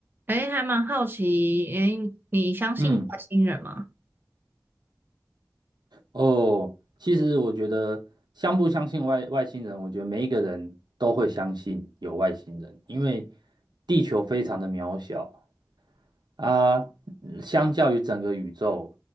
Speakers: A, on the right; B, on the right.
A: 诶，还蛮好奇，诶，你相信外星人吗？
B: 嗯，哦，其实我觉得相不相信外外星人，我觉得每一个人都会相信有外星人，因为地球非常的渺小啊，嗯相较于整个宇宙，